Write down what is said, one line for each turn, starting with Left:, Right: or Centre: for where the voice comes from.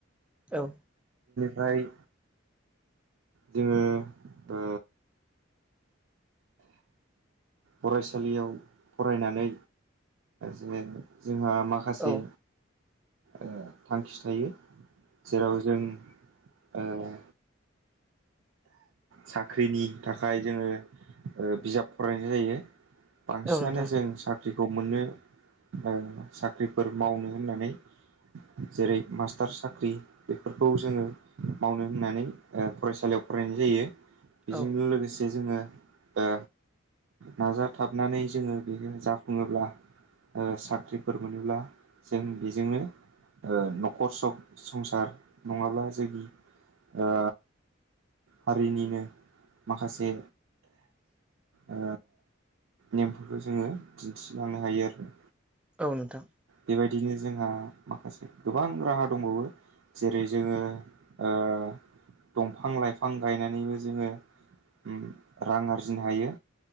Centre: औ
Right: ओमफ्राय जोङो ओ फरायसालियाव फरायनानै जोङो जोंहा माखासे
Centre: औ
Right: ओ थांखि थायो जेराव जों ओ साख्रिनि थाखाय जोङो ओ बिजाब फरायनाय जायो बांसिनानो
Centre: औ नोंथां
Right: जों साख्रि ख्रिखौ मोननो ओ साख्रिफोर मावनो होननानै जेरै मास्टार साख्रि बेफोरखौ जोङो मावनो होननानै ओ फरायसालियाव फरायनाय जायो बेजोंनो
Centre: औ
Right: लोगोसे जोङो ओ नाजाथाबनानै जोङो बेखौ जाफुङोब्ला ओ साख्रिफोर मोनोब्ला जों बेजोंनो ओ न'खर सब संसार नङाब्ला जोंनि ओ हारिनिनो माखासे ओ नेमफोरखौ जोङो दिनथिलांनो हायो आरो
Centre: औ नोंथां
Right: बेबायदिनो जोंहा माखासे गोबां राहा दंबावो जेरै जोङो ओ दंफां-लाइफां गायनानैबो जोङो ओम रां आरजिनो हायो